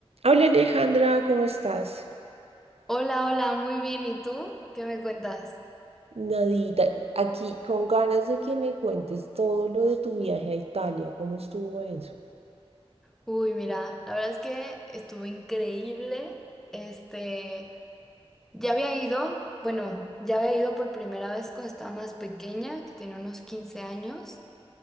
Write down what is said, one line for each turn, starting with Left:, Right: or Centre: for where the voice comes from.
Right: Hola Alejandra, ¿cómo estás?
Centre: Hola, hola, muy bien. ¿Y tú? ¿Qué me cuentas?
Right: Nadita, aquí con ganas de que me cuentes todo lo de tu viaje a Italia, ¿cómo estuvo eso?
Centre: Uy, mira, la verdad es que estuvo increíble. Este, ya había ido, bueno, ya había ido por primera vez cuando estaba más pequeña, que tenía unos 15 años,